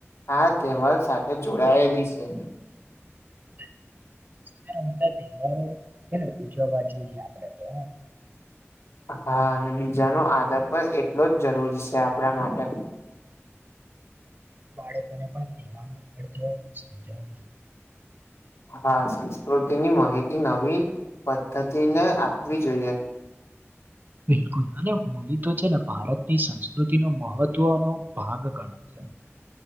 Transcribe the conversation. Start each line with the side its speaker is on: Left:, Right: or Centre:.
Left: આ તેવાર સાથે જોડાયેલી છે.
Right: છે <unintelligible> તહેવારો છે ને ઉજવવા જોઈએ આપડે તો
Left: હા અને બીજાનો આદાર પણ એટલો જ જરૂરી છે આપણા માટે.
Right: બાળકોને પણ કહેવાનો અર્થ સમજાવું જોઈએ.
Left: હા સંસ્કૃતિની માહિતી નવી પદ્ધતિને આપવી જોઈએ.
Right: બિલકુલ અને હોલી તો છે ને ભારતની સંસ્કૃતિ નો મહત્વનો ભાગ ગણાય છે. <inaudible>